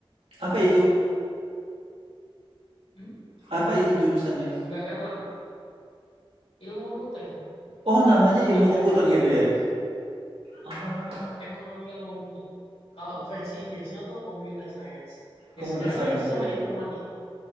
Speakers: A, on the right; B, on the left.
A: Apa itu?
B: Hmm?
A: Apa itu jurusannya?
B: Enggak kan lah, ilmu komputer
A: Oh,
B: kan
A: namanya ilmu
B: akhir-akhir
A: komputer
B: ini lagi
A: gitu ya? Ah,
B: ya emang namanya ilmu komputer. Kalau
A: oh,
B: versi Inggrisnya tuh computer science.
A: computer
B: Ya sebenarnya
A: science
B: mirip sih
A: ya
B: sama informatika,